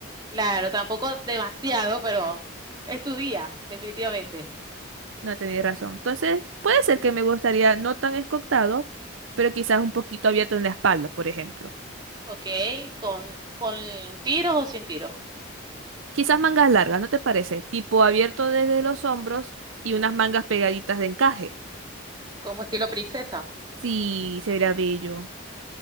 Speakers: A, on the right; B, on the right.
A: Claro, tampoco demasiado, pero es tu día, definitivamente.
B: No tenéis razón. Entonces, puede ser que me gustaría no tan escotado, pero quizás un poquito abierto en la espalda, por ejemplo.
A: Ok, con, con tiros o sin tiros,
B: Quizás mangas largas, ¿no te parece? Tipo abierto desde los hombros y unas mangas pegaditas de encaje.
A: como estilo princesa.
B: Sí, se vería bello.